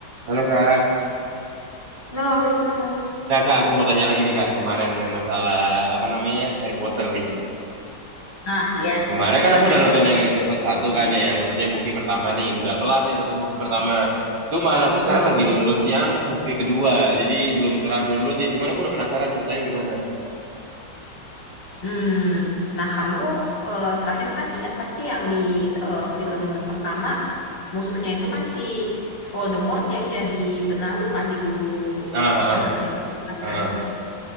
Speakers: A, on the right (about 75°); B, on the left (about 80°).
A: Halo kak,
B: Halo Wisnu.
A: kak, Kak, aku mau tanya lagi nih kak, kemarin memang masalah apa namanya Harry Potter nih.
B: ah ya,
A: Kemarin
B: coba
A: kan aku
B: tanya
A: udah nonton
B: aku
A: yang episode satu
B: baca
A: kan
B: juga.
A: ya, yang maksudnya movie pertama nih, udah kelar nih nonton movie pertama. Cuman aku sekarang
B: Mm-mm.
A: lagi download yang movie kedua, jadi belum kelar download nih, cuman aku udah penasaran ceritanya gimana.
B: Hmm. Nah kamu eh, terakhir kan ingat pasti yang di eh, film pertama musuhnya itu kan si Voldemort yang jadi benalu kan di guru
A: Ah,
B: eh, pertahanan
A: ah,
B: Ibu Hitam
A: ah,
B: kan.
A: ah. ah.